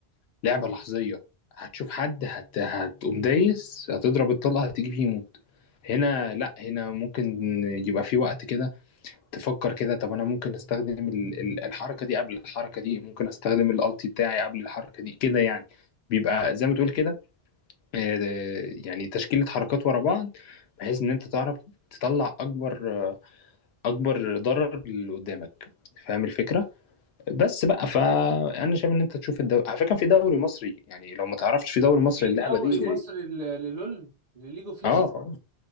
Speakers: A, on the left; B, on the right.
A: لعبة لحظية هتشوف حد هت... هتقوم دايس هتضرب الطلقة هتيجي فيه يموت هنا لا هنا ممكن يبقى في وقت كده تفكر كده طب انا ممكن استخدم ال... ال- الحركة دي قبل الحركة دي ممكن استخدم الالتي بتاعي قبل الحركة دي كده يعني بيبقى زي ما تقول كده آه، يعني تشكيلة حركات ورا بعض بحيث ان انت تعرف تطلع اكبر اكبر ضرر اللي قدامك فاهم الفكرة بس بقى فانا شايف ان انت تشوف الدوري على فكره كان في دوري مصري يعني لو ما تعرفش في دوري مصري
B: في
A: اللعبه
B: دوري
A: دي
B: مصري ل- للول لليج اوف
A: اه اه